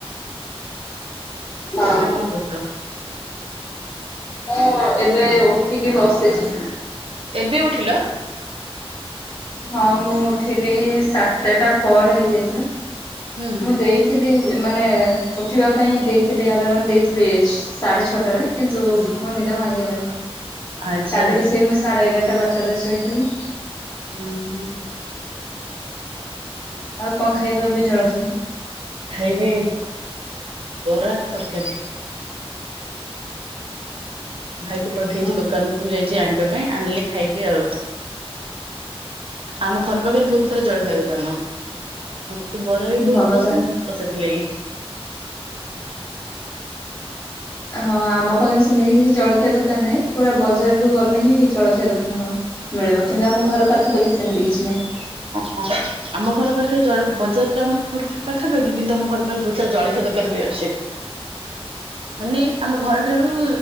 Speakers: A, on the left; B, on the right.
A: ପଡିବ।
B: ଆ
A: ହଁ
B: ତମେ କଣ କରୁଛ।
A: ମୁଁ ଏବେ ଉଠିକି ବସିଛି।
B: ଏବେ ଉଠିଲ।
A: ହଁ ମୁଁ ଉଠିଲି ସାତଟା ପରେ ହେଇଯାଇଥିଲା।
B: ହୁଁ
A: ମୁଁ ଦେଇି ଥିଲି ମାନେ ଉଠିବା ପାଇଁ ଦେଇଥିଲି ଆଲାରାମ ଦେଇଥିଲି ସାଢେ ଛଅଟାରେ। କିନ୍ତୁ
B: ହୁଁ
A: ମୋ ନିଦ ଭାଙ୍ଗିଲାନି
B: ଆଚ୍ଛା
A: କାଲି
B: ଆଚ୍ଛା
A: ବି ସେଇ ମୁଁ ସାଢେ ଏଗାରଟା, ବାରଟା ରେ ଶୋଇଥିଲି।
B: ଉଁ ହୁଁ।
A: ଆଉ କଣ ଖାଇଥାନ୍ତେ ଜଳଖିଆରେ?
B: ଖାଇବି ବରା, ତରକାରୀ। ଭାଇ କୁ ପଠେଇଛି
A: ହଁ
B: ଦୋକାନ କୁ ଯାଇଛି ଆଣିବା ପାଇଁ ଆଣିଲେ ଖାଇବି ଆଉ। ଆମ ଘର ପାଖରେ ବହୁତ ସାରା ଜଳଖିଆ ଦୋକାନ। ମତେ ବରା ବି ବହୁତ
A: ଭଲ
B: ପସନ୍ଦ
A: ତାହେଲେ।
B: ତ ସେଥିଲାଗି
A: ହଁ ଆମ ପାଖରେ ସେମିତି କିଛି ଜଳଖିଆ ଦୋକାନ ନାହିଁ ପୁରା ବଜାରକୁ ଗଲେ ହିଁ ଜଳଖିଆ ଦୋକାନ। ହଁ ମିଳିବ କିନ୍ତୁ ଆମ ଘର ପାଖାପାଖି ସେମିତି କିଛି ନାହିଁ।
B: ଅ ହଁ ଆମ ଘର ପାଖରେ ଜଳ ବଜାର ତ ଆମ ଘର ପାଖାପାଖି କିନ୍ତୁ ଆମ ଘର ବୁଝିଲ ଜଳଖିଆ ଦୋକାନ ବି ଅଛି। ମାନେ ଆମ ଘରଠାରୁ